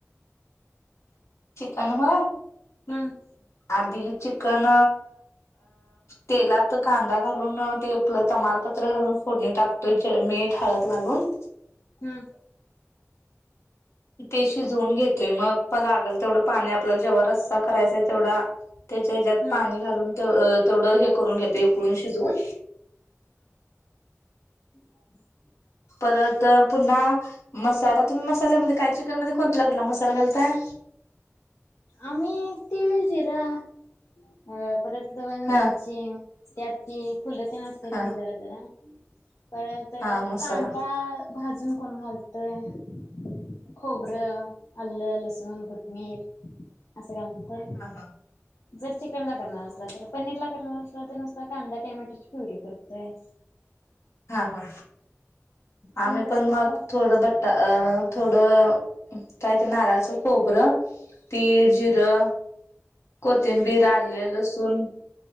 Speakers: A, on the left (about 65°); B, on the left (about 80°).
A: चिकन होय
B: हम्म
A: आधी चिकन तेलात कांदा घालून ते आपलं तमालपत्र घालून फोडणी टाकत तर मीठ हळद घालून
B: हम्म
A: ते शिजवून घेतोय मग प लागल तेवढं पाणी आपल्याला जेव्हा रस्सा करायचाय तेवढा त्याच्या ह्याच्यात
B: हम्म
A: पाणी घालून तेवढं हे करून घेत उकळून शिजून
B: ह
A: परत पुन्हा मसाला तुम्ही मसाल्यामध्ये काय चिकन मध्ये कोणता मसाला घालताय.
B: आम्ही तिळ जिरं अ परत लवंग
A: हा
B: दालचिन त्यात ते फुलं ते न असत्यात
A: हा
B: की जरा जरा. परत
A: हा मसाला
B: कांदा भाजून कोण घालतय खोबरं आल्लं लसूण कोथमीिर अस. गता
A: हा हा
B: जर चिकनड करणार असला तर पनीर ला करणार तर नुसता कांदा टमॅटोची प्युरी करतय.
A: हा हा आम्ही
B: तुम्ही कसं
A: पण
B: करताय
A: मग थोडं बट्टा अ थोडं काय ते नारळाचं खोबरं तीळ, जिरं, कोथिंबीर, आले, लसूण,